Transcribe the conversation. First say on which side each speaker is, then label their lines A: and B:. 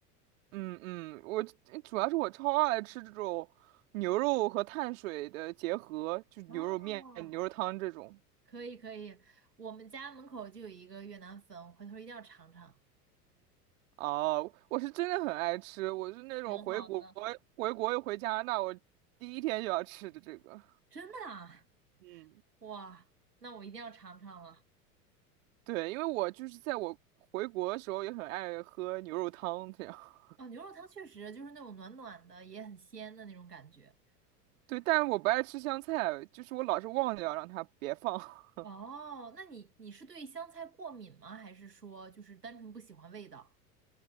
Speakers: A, on the right; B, on the right.
A: 嗯嗯，我主要是我超爱吃这种牛肉和碳水的结合，就牛肉面、
B: 哦，
A: 牛肉汤这种。
B: 可以可以，我们家门口就有一个越南粉，我回头一定要尝尝。
A: 哦，我是真的很爱吃，我是那种回国
B: 挺好的，
A: 回国又回加拿大，我第一天就要吃的这个。
B: 真的啊，
A: 嗯，
B: 哇，那我一定要尝尝了。
A: 对，因为我就是在我回国的时候也很爱喝牛肉汤这样。
B: 哦，牛肉汤确实就是那种暖暖的，也很鲜的那种感觉。
A: <laughs> 对，但是我不爱吃香菜，就是我老是忘掉让它别放。
B: 哦，那你你是对香菜过敏吗？还是说就是单纯不喜欢味道？